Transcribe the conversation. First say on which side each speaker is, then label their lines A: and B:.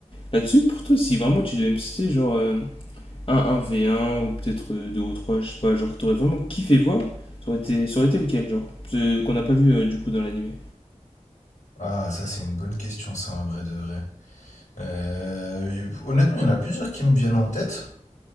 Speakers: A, on the left; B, on the left.
A: Là-dessus, pour toi, si vraiment tu devais me citer genre euh, un 1 v un ou peut-être euh, 2 ou 3 je sais pas, genre t'aurais vraiment kiffé voir, ça aurait été, ça aurait été lequel, genre, ce qu'on n'a pas vu euh, du coup dans l'animé.
B: Ah, ça, c'est une bonne question, ça, en vrai de vrai. Euh, honnêtement, il y en a plusieurs qui me viennent en tête.